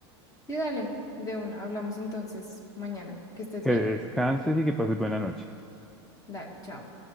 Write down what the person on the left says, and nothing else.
Sí, dale, de una, hablamos entonces mañana, que estés
bien.
Dale, chao.